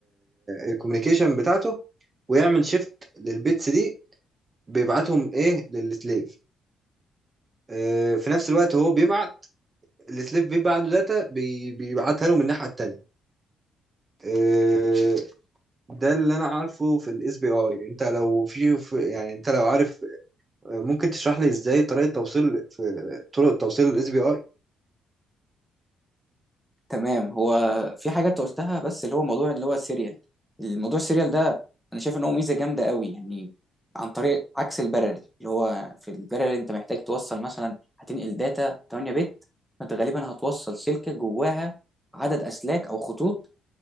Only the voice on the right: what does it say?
الكوميونيكيشن بتاعته ويعمل شيفت للبيتس دي بيبعتهم ايه للسليف آه، في نفس الوقت هو بيبعت السليف بيبقى عنده داتا بي- بيبعتها له من الناحية التانية آه، ده اللي انا عارفه في الاس بي اي انت لو في في- يعني انت لو عارف آه، ممكن تشرح لي ازاي طريقة توصيل في طرق توصيل الاس بي اي